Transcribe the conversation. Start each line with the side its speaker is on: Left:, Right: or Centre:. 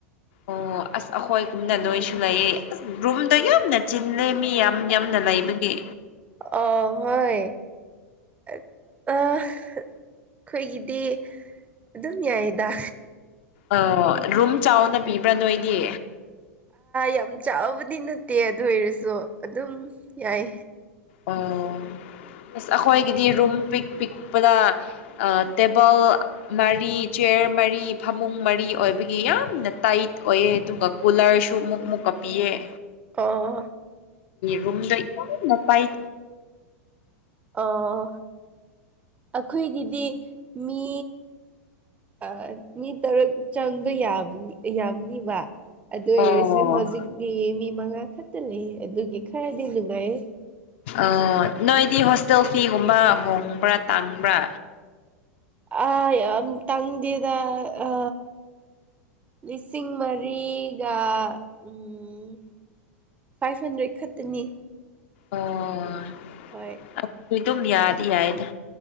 Left: ꯑꯣ ꯑꯁ ꯑꯩꯈꯣꯏꯒꯨꯝꯅ ꯅ‌ꯣꯏꯁꯨ ꯂꯩꯌ‌ꯦ ꯑꯁ ꯔꯨꯝꯗꯣ ꯌꯥꯝꯅ ꯆꯤꯜꯂꯦ ꯃꯤ ꯌꯥꯝ ꯌꯥꯝꯅ ꯂꯩꯕꯒꯤ
Right: ꯑ ꯍꯣꯏ ꯑ ꯑꯩꯈꯣꯏꯒꯤꯗꯤ ꯑꯗꯨꯝ ꯌꯥꯏꯌꯦꯗꯥ
Left: ꯑ ꯔꯨꯝ ꯆꯥꯎꯅ ꯄꯤꯕ꯭ꯔꯥ ꯅꯣꯏꯗꯤ
Right: ꯌꯥꯝ ꯆꯥꯎꯕꯗꯤ ꯅꯠꯇꯦ ꯑꯗꯨ ꯑꯣꯏꯔꯁꯨ ꯑꯗꯨꯝ ꯌꯥꯏ
Left: ꯑꯣ ꯑꯁ ꯑꯩꯈꯣꯏꯒꯤꯗꯤ ꯔꯨꯝ ꯄꯤꯛ ꯄꯤꯛꯄꯗ ꯑ ꯇꯦꯕꯜ ꯃꯔꯤ ꯆꯤꯌꯔ ꯃꯔꯤ ꯐꯃꯨꯡ ꯃꯔꯤ ꯑꯣꯏꯕꯒꯤ ꯌꯥꯝꯅ ꯇꯥꯏꯠ ꯑꯣꯏꯌꯦ ꯑꯗꯨꯒ ꯀꯨꯂꯔꯁꯨ ꯃꯨꯛ ꯃꯨꯛꯀ ꯄꯤꯌ‌ꯦ
Right: ꯑꯣ
Left: ꯔꯨꯝꯗ ꯌꯥꯝ ꯇꯥꯏꯠ
Right: ꯑꯣ ꯑꯩꯈꯣꯏꯒꯤꯗꯤ ꯃꯤ ꯑ ꯃꯤ ꯇꯔꯨꯛ ꯆꯪꯕ ꯌꯥꯕꯅꯤ ꯌꯥꯕꯅꯤꯕ ꯑꯗꯨ
Left: ꯑꯣ
Right: ꯑꯣꯏꯔꯁꯨ ꯍꯧꯖꯤꯛꯇꯤ ꯃꯤ ꯃꯉꯥ ꯈꯛꯇ ꯂꯩꯌ‌ꯦ ꯑꯗꯨꯒꯤ ꯈꯔꯗꯤ ꯅꯨꯡꯉꯥꯏꯌ‌ꯦ
Left: ꯑꯣ ꯅꯣꯏꯗꯤ ꯍꯣꯁꯇꯦꯜ ꯐꯤꯒꯨꯝꯕ ꯍꯣꯡꯕ꯭ꯔꯥ ꯇꯥꯡꯕ꯭ꯔꯥ
Right: ꯑ ꯌꯥꯝ ꯇꯥꯡꯗ‌ꯦꯗ ꯑ ꯂꯤꯁꯤꯡ ꯃꯔꯤꯒ ꯎꯝ ꯐꯥꯏ ꯍꯟꯗ꯭ꯔꯦꯠ ꯈꯛꯇꯅꯤ
Left: ꯑꯣ
Right: ꯍꯣꯏ
Left: ꯑꯗꯨ ꯑꯗꯨꯝ ꯌꯥꯗꯤ ꯌꯥꯏꯗ